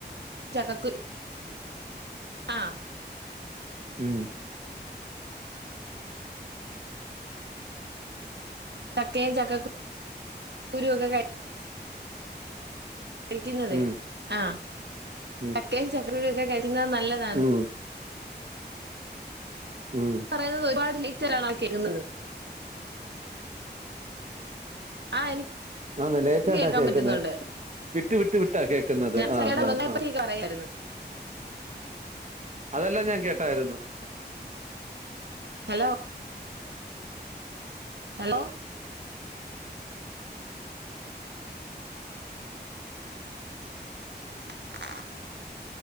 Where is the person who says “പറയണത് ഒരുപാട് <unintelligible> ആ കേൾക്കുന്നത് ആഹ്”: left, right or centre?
Right